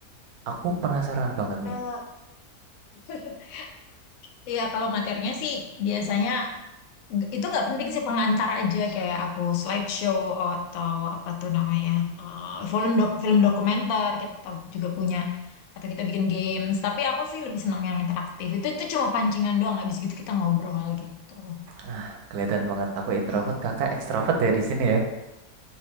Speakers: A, on the right (about 80°); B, on the left (about 70°).
A: Aku penasaran banget
B: Eh,
A: nih.
B: <laughs> Iya, kalau materinya sih biasanya nggak- itu nggak penting sih pengantar aja kayak aku slideshow atau apa tuh namanya eh, film dok- film dokumenter kita juga punya atau kita bikin games tapi aku sih lebih seneng yang interaktif itu itu cuma pancingan doang abis gitu kita ngobrol gitu
A: Ah, kelihatan banget
B: gitu
A: aku introvert,
B: aja
A: kakak ekstrovert ya di sini ya.